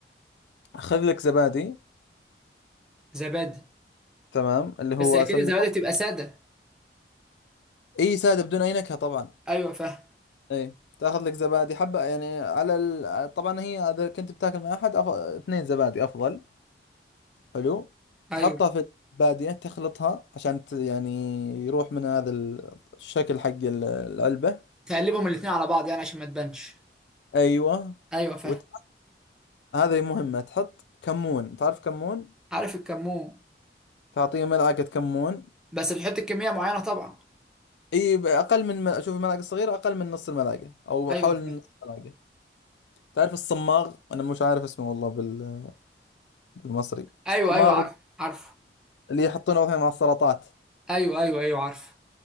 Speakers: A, on the left; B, in the centre.
A: خذ لك زبادي
B: زبادي
A: تمام اللي هو
B: بس اكيد
A: اسمي
B: الزبادي تبقى ساده
A: اي ساده بدون اي نكهه طبعا
B: ايوه فاهم
A: اي تاخذ لك زبادي حبة يعني على ال... طبعا هي اذا كنت بتاكل مع احد أف... اثنين زبادي افضل حلو
B: ايوه
A: تحطها في الزبادية تخلطها عشان ت... يعني يروح من هذا ال- الشكل حق ال- العلبة
B: تقلبهم الاتنين على بعض يعني عشان ما تبانش
A: ايوه
B: ايوه فاهم
A: وت... هذا مهمة تحط كمون تعرف كمون
B: عارف الكمون
A: تعطيه ملعقة كمون
B: بس بتحط كميه معينه طبعا
A: اي ب- اقل من مل... شوف الملعقة الصغيرة اقل من نص الملعقة او
B: ايوه
A: حول
B: فاهم
A: نص الملعقة تعرف الصماغ انا مش عارف اسمه والله بال... بالمصري
B: ايوه
A: الصماغ
B: ايوه عارف عارف
A: اللي يحطونه مثلا مع السلطات
B: ايوه ايوه ايوه عارف